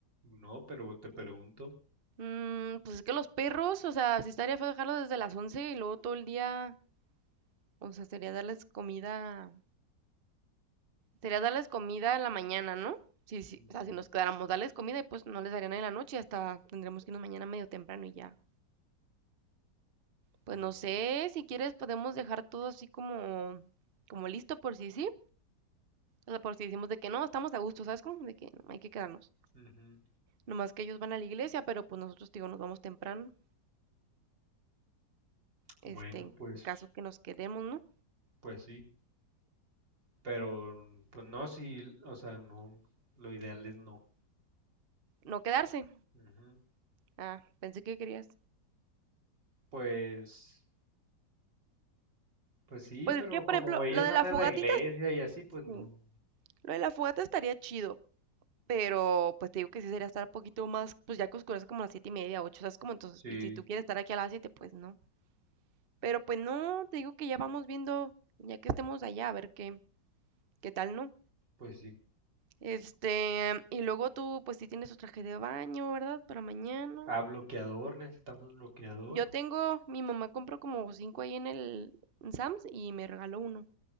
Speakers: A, on the right; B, on the right.
A: No, pero te pregunto.
B: Mm, pues es que los perros, o sea, si estaría fue dejarlos desde las 11 y luego todo el día, o sea, sería darles comida Sería darles comida en la mañana, ¿no? Sí, sí,
A: Ujú.
B: o sea, si nos quedáramos, darles comida y pues no les darían en la noche, hasta tendremos que irnos mañana medio temprano y ya. Pues
A: Mm,
B: no sé, si quieres podemos dejar todo así como, como listo por si sí. O sea, por si decimos de que no, estamos a gusto, ¿sabes cómo? De que no, hay que quedarnos.
A: ujú.
B: Nomás que ellos van a la iglesia, pero pues nosotros, digo, nos vamos temprano, este,
A: Bueno,
B: en
A: pues,
B: caso que nos quedemos, ¿no?
A: pues sí. Pero, mm, pues no, sí, o sea, no, lo ideal es no.
B: No quedarse.
A: Ujú.
B: Ah, pensé que querías.
A: Pues, pues sí,
B: Pues
A: pero
B: es que, por
A: como
B: ejemplo,
A: ellos
B: lo de
A: van
B: la
A: a
B: fogatita,
A: la iglesia y así, pues no.
B: sí. Lo de la fogata estaría chido. Pero pues te digo que sí sería estar un poquito más, pues ya que oscurece como a las siete y media, ocho, ¿sabes? Como entonces,
A: Sí,
B: y si tú quieres estar aquí a las siete, pues no. Pero pues no, te digo que ya vamos viendo, ya que estemos allá, a ver qué, qué tal, ¿no?
A: pues sí.
B: Este, y luego tú, pues sí tienes tu traje de baño, ¿verdad? Para mañana.
A: Ah, bloqueador, necesitamos bloqueador.
B: Yo tengo, mi mamá compró como cinco ahí en el en Sam's y me regaló uno.